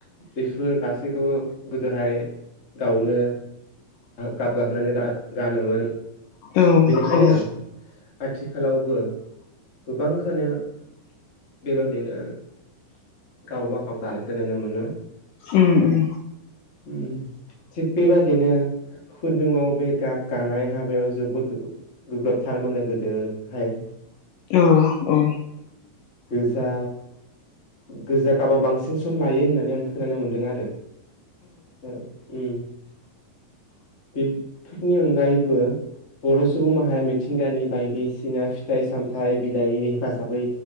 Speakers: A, on the left (about 35°); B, on the left (about 80°).
A: बेफोर गासैखौबो गोदोहाय गावनो गाब गाहोनानै गा गानोमोन।
B: औ
A: बेनिखायनो
B: औ।
A: आथिखालावबो गोबांखो बेबादिनो गावबा गाव दानायखौ नुनो मोनो।
B: ओम ओम
A: उम थिग बेबायदिनो खुन्दुङाव बे गाब गानाय हाबायाव जोबोद गोब्राबथार मोनो गोदोहाय
B: औ औ
A: गोजा गोजा गाबाव बांसिन सम लायो होननानै आं खोनानो मोन्दों आरो ओ ए बेफोरनि अनगायैबो बर' सुबुं माहारिया मिथिंगानि बायदिसिना फिथाइ सामथाइ बिलाइनि हेफाजाबै